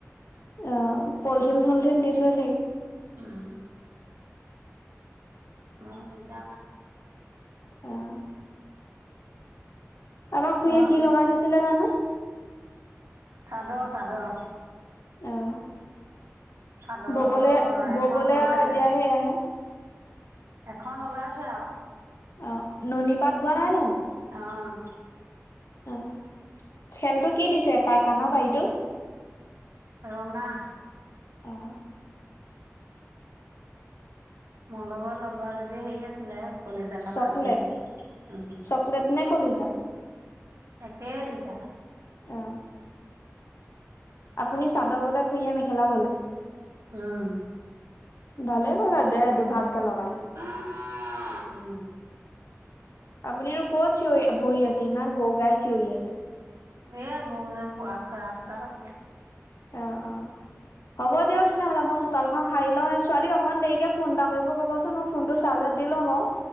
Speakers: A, on the left (about 65°); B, on the right (about 80°).
A: অ' পলথিন, চলথিন দি থৈ চাগে।
B: উম মোৰ দিগদাৰ না।
A: অহ আমাৰ খুুৰীয়ে
B: তই
A: কি লগাই থৈছিলে জানো!
B: চাদৰ চাদৰ
A: অ'
B: চাদৰ
A: ববলে-ববলে
B: এখন ওলাইছে
A: আ এতিয়া সেয়াহে।
B: এখন ওলাই আছে আউ।
A: অ' নুনী পাত বোৱা নাই জানো?
B: অ'
A: অ' খেলটো কি দিছে <unintelligible>
B: ৰঙা
A: অ'
B: মোৰ লগত লগোৱা যদি হেই আছিলে কলিজা কালাৰ
A: চকলেট,
B: আছিলে উম,
A: চকলেট নে কলিজা?
B: একেই দুইটা।
A: অ আপুনি চাদৰ বলে, খুইয়ে মেখেলা বলে?
B: উম
A: ভালে কৰিলে দে দুভাগকে লগালে।
B: উম
A: আপুনিনো ক'ত চিঞৰি বহি আছে ইমান গৰু গাই চিঞৰি আছে?
B: এ গৰু গায় <unintelligible> ৰাস্তাত আছিলোঁ।
A: অ' অ' হ'ব দিয়ক তেনেহ'লে মই চোতালখন সাই লওঁ। এ ছোৱালীক অকমান দেৰিকে ফোন এটা কৰিব ক'বচোন ম ফোনটো চাৰ্জত দি লওঁ বাৰু।